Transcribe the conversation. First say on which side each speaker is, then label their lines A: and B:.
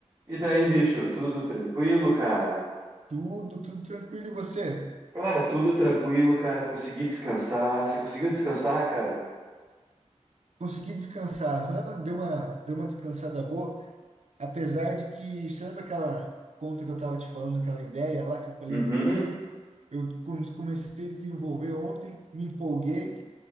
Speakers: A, on the right; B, on the right.
A: E daí, bicho, tudo tranquilo, cara?
B: Tudo, tudo tranquilo. E você?
A: Cara, tudo tranquilo, cara. Consegui descansar. Você conseguiu descansar, cara?
B: Consegui descansar? Aham, deu uma, deu uma descansada boa. Apesar de que, você lembra aquela conta que eu estava te falando, aquela ideia lá que eu falei
A: Uhum.
B: do. Eu com- comecei a desenvolver ontem, me empolguei,